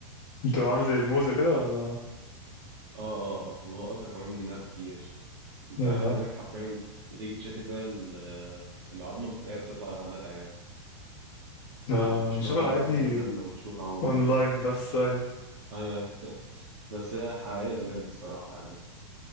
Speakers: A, on the left (about 45°); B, on the right (about 65°).
A: بتبقى عامله زي الموزه كده ولا
B: اه اه اه وهو اسرع كمان منها بكتير انت
A: يا
B: اكنك حرفيا بتيجي تشد كده ال- العظمه بتلاقيها بتطلع لوحدها يعني
A: لا
B: ما ما فيش
A: بشوف
B: مجهود
A: الحاجات
B: اساسا
A: دي
B: فاهم ما فيش مقاومه
A: اونلاين بس ايوه
B: ايوه <laughs> بس هي حقيقيه بجد الصراحه يعني